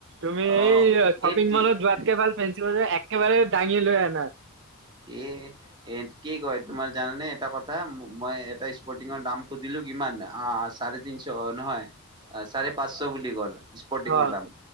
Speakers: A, on the right; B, on the right.
A: তুমি
B: অ'
A: এই শ্বপিং
B: এই তি-
A: মলত যোৱাতকে ভাল ফেন্ছি বজাৰ একেবাৰে দাঙি লৈ আনা।
B: এ এ কি কয়, তোমাৰ জানানে এটা কথ আ মই এটা স্পৰ্টিঙৰ দাম সুধিলো কিমান? অ' চাৰে তিনছ নহয় চাৰে অ পাঁচছ বুলি কল। স্পৰ্টিঙৰ
A: অ',
B: দাম